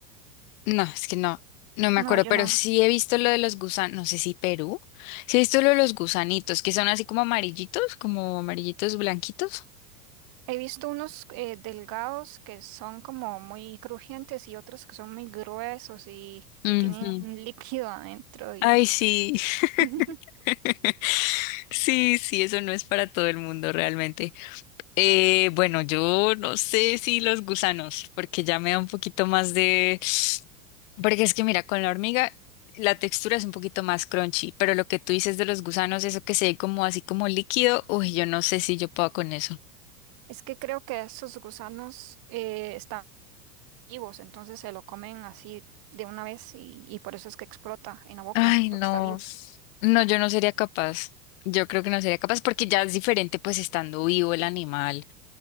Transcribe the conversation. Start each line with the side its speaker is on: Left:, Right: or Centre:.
Left: no, es que no, no me
Right: No,
Left: acuerdo,
Right: yo
Left: pero
Right: no.
Left: sí he visto lo de los gusanos, no sé si Perú, sí he visto lo de los gusanitos, que son así como amarillitos, como amarillitos blanquitos.
Right: He visto unos eh, delgados que son como muy crujientes y otros que son muy gruesos y,
Left: Ujú.
Right: y tienen un líquido adentro y
Left: Ay, sí.
Right: <laughs>
Left: <laughs> Sí, sí, eso no es para todo el mundo realmente. Eh, bueno, yo no sé si los gusanos, porque ya me da un poquito más de... Porque es que mira, con la hormiga la textura es un poquito más crunchy, pero lo que tú dices de los gusanos, eso que se ve como así como líquido, uy, yo no sé si yo puedo con eso.
Right: es que creo que esos gusanos eh, están vivos, entonces se lo comen así de una vez y, y por eso es que explota en la boca,
Left: Ay,
Right: porque
Left: no.
Right: está vivo.
Left: No, yo no sería capaz. Yo creo que no sería capaz porque ya es diferente, pues estando vivo el animal,